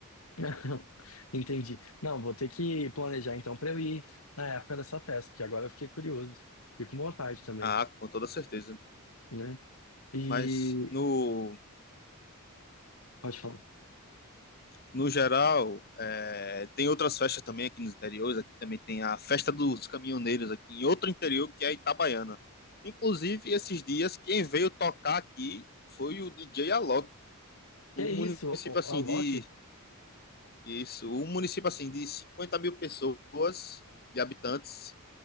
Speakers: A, on the left; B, on the left.
A: <laughs> Entendi. Não, vou ter que planejar então para eu ir na época dessa festa, porque agora eu fiquei curioso. E com vontade também,
B: Ah, com toda certeza.
A: né? E.
B: Mas no,
A: Pode falar.
B: no geral, é, tem outras festas também aqui nos interiores. Aqui também tem a Festa dos Caminhoneiros, aqui em outro interior, que é a Itabaiana. Inclusive, esses dias, quem veio tocar aqui foi o DJ Alok,
A: Que
B: um
A: é isso?
B: município
A: o-
B: assim
A: A Loki?
B: de. Isso, um município assim de 50 mil pessoas, de habitantes,